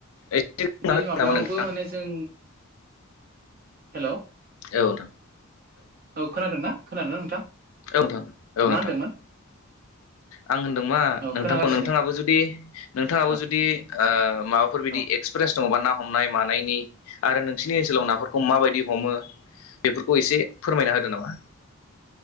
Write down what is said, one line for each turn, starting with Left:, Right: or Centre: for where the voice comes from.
Left: एसे बुंना
Right: बिदि
Left: होदो
Right: माबायावबो
Left: नामा नोंथां
Right: माने जों, हेल'।
Left: औ नोंथां।
Right: औ खोनादों ना खोनादोंना नोंथां?
Left: औ नोंथां औ
Right: मा
Left: नोंथां।
Right: होनदोंमोन <inaudible>
Left: आं होनदों मा
Right: औ
Left: नोंथांखौ
Right: खोनागासिनो
Left: नोंथाङाबो जुदि नोंथाङाबो
Right: औ
Left: जुदि ओह माबाफोर बिदि
Right: औ
Left: एक्सपि येन्स दङ'बा ना हमनाय मानायनि आरो नोंसिनि ओनसोलाव नाफोरखौ माबायदि हमो। बेफोरखौ एसे फोरमायना होदो नामा?